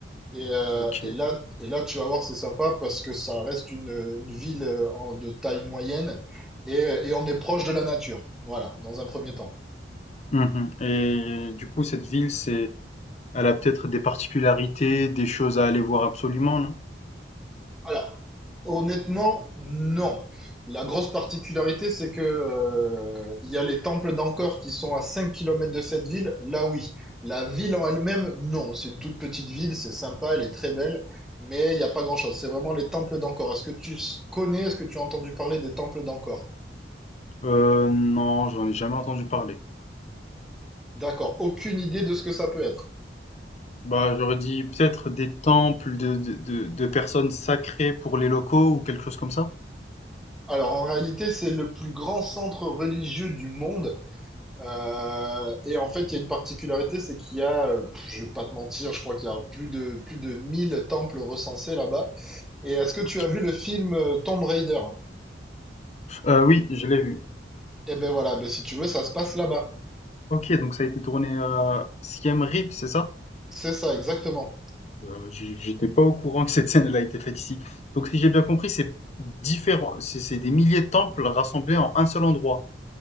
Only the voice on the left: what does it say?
ok.
Mhm. Et du coup, cette ville, c'est, elle a peut-être des particularités, des choses à aller voir absolument, non?
Heu, non, j'en ai jamais entendu parler.
Bah, j'aurais dit peut-être des temples de de de de personnes sacrées pour les locaux ou quelque chose comme ça?
OK.
Heu, oui, je l'ai vu.
OK, donc ça a été tourné à Siem Reap, c'est ça?
Heu, j'é j'étais pas au courant que cette scène, elle a été faite ici. Donc si j'ai bien compris, c'est différent c'est c'est des milliers de temples rassemblés en un seul endroit?